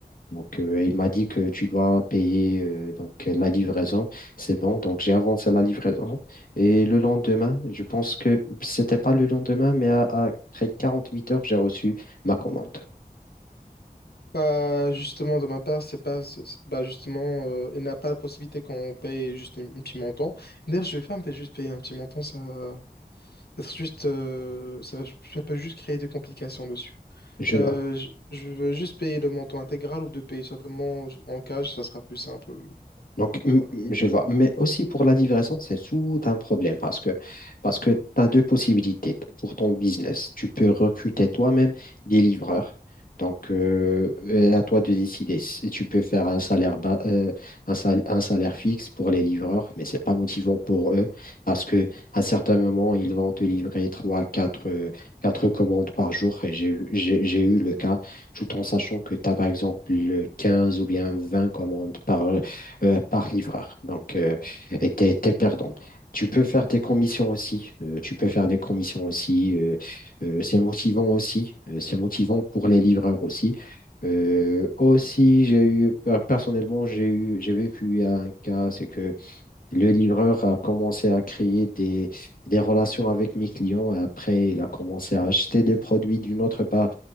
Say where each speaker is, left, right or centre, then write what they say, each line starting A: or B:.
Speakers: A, on the left (about 60°); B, on the left (about 75°).
A: donc euh, il m'a dit que tu dois payer euh, donc, euh, la livraison. C'est bon. Donc, j'ai avancé la livraison. Et le lendemain, je pense que c'était pas le lendemain, mais à- à- après 48 heures, j'ai reçu ma commande.
B: Bah, justement, de ma part, c'est pas, c'est- c'est- bah, justement, euh, il n'a pas la possibilité qu'on paye juste un, un petit montant. D'ailleurs, je vais pas me payer- juste payer un petit montant, ça ça être juste, euh, ça va, ça peut juste créer des complications dessus.
A: Je,
B: Euh, je, je veux juste payer le montant intégral ou de payer simplement en cash, ça sera plus simple.
A: Donc,
B: Voilà.
A: m- m- je vois. Mais aussi pour la livraison, c'est tout un problème parce que, parce que tu as deux possibilités t- pour ton business. Tu peux recruter toi-même des livreurs. Donc, euh, euh, à toi de décider. Si Tu peux faire un salaire bas, euh, un sal- un salaire fixe pour les livreurs, mais c'est pas motivant pour eux parce que à certains moments, ils vont te livrer trois, quatre, euh, quatre commandes par jour. Et J'ai, j'ai j'ai eu le cas, tout en sachant que tu as par exemple 15 ou bien 20 commandes par euh, par livreur. Donc, euh, et t'es, t'es perdant. Tu peux faire des commissions aussi. euh, tu peux faire des commissions aussi. euh, euh, c'est motivant aussi. euh, c'est motivant pour les livreurs aussi. Euh, aussi, j'ai eu, per- personnellement, j'ai eu, j'ai vécu un cas, c'est que le livreur a commencé à créer des, des relations avec mes clients et après, il a commencé à acheter des produits d'une autre par-